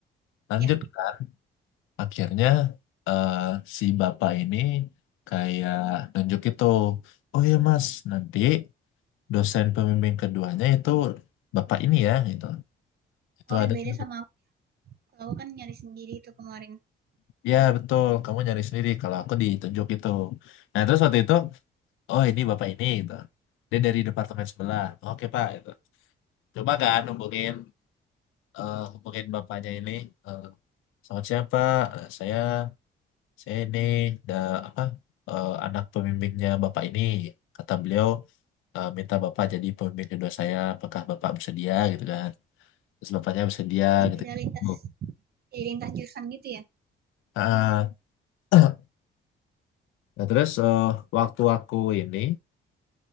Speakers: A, on the left (about 85°); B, on the right (about 50°).
A: lanjut
B: Ya,
A: kan, akhirnya eh, si bapak ini kayak nunjuk itu, oh iya mas, nanti dosen pembimbing keduanya itu bapak ini ya gitu. Itu
B: oh
A: ada
B: ya beda
A: tuh.
B: sama aku. Kalau aku kan nyari sendiri tuh kemarin
A: Ya betul, kamu nyari sendiri kalau aku ditunjuk itu. Nah terus waktu itu, oh ini bapak ini gitu. Dia dari departemen sebelah. Oke pak, gitu. Coba kan hubungin, eh, hubungin bapaknya ini. eh, Selamat siang pak, Eh, saya saya ini da, apa eh, anak pembimbingnya bapak ini. Kata beliau eh, minta bapak jadi pembimbing kedua saya. Apakah bapak bersedia gitu kan? Terus bapaknya bersedia
B: di
A: gitu.
B: beda lintas,
A: Bu.
B: di lintas jurusan gitu ya.
A: Ah, <clears throat> Nah, terus eh, waktu aku ini